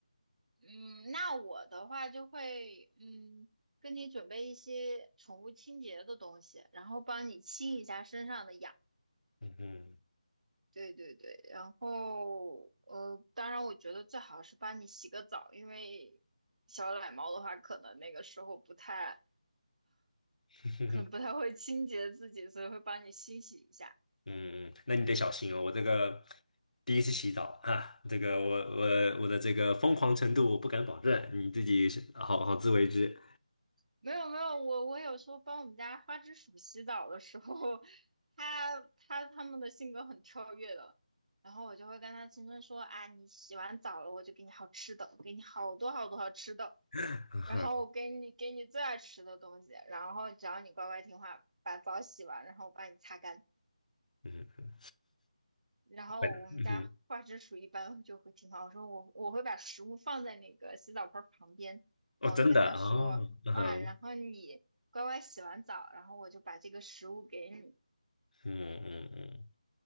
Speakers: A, on the right; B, on the left.
A: 嗯，那我的话就会，嗯，跟你准备一些宠物清洁的东西，然后帮你清一下身上的痒。
B: 嗯嗯
A: 对对对，然后呃，当然我觉得最好是帮你洗个澡，因为小奶猫的话，可能那个时候不太，
B: 嗯
A: 可能不太会清洁自己，所以会帮你清洗一下。
B: <laughs> 嗯，那你得小心哦，我这个第一次洗澡啊，这个我我我的这个疯狂程度我不敢保证，你自己是好好自为之，
A: 没有没有，我我有时候帮我们家花枝鼠洗澡的时候，它它它们的性格很跳跃的，然后我就会跟它轻声说啊，你洗完澡了，我就给你好吃的，我给你好多好多好吃的。
B: <laughs>
A: 然后我给你给你最爱吃的东西，然后只要你乖乖听话，把澡洗完，然后我帮你擦干。
B: 嗯
A: 然后我们家花枝鼠一般就会听话，
B: 嗯嗯，
A: 我说我我会把食物放在那个洗澡盆儿旁边，
B: 哦真的哦。
A: 然后我就跟他说，
B: 嗯哼
A: 嗯，然后你乖乖洗完澡，然后我就把这个食物给你。
B: 嗯嗯嗯，